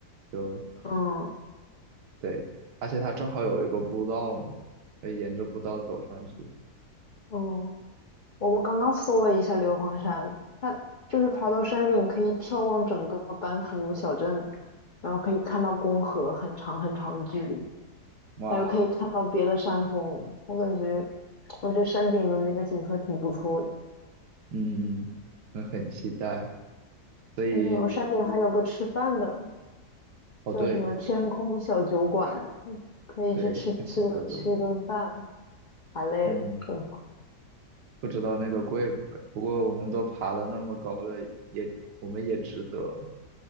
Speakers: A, on the right; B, on the left.
A: 就
B: 嗯
A: 对，而且它正好有一个步道嘛，可以沿着步道走上去。
B: 嗯，我我刚刚搜了一下硫磺山，它就是爬到山顶可以眺望整个班夫小镇，然后可以看到公河很长很长的距离，
A: 哇，
B: 还有可以看到别的山峰。我感觉，我觉得山顶的那个景色挺不错的。
A: 嗯，我很期待。所以，
B: 嗯，我山顶还有个吃饭的，
A: 哦对
B: 叫什么天空小酒馆，嗯可以去吃吃个吃一顿饭，
A: 对，天空小酒馆，
B: 太累了，
A: 嗯，
B: 是吧
A: 不知道那个贵不贵，不过我们都爬了那么高了，也我们也值得